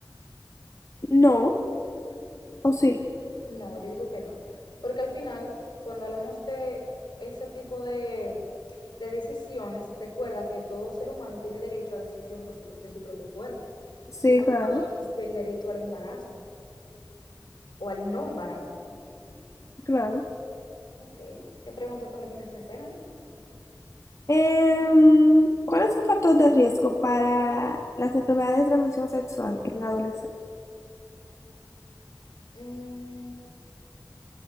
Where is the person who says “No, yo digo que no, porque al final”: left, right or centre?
Left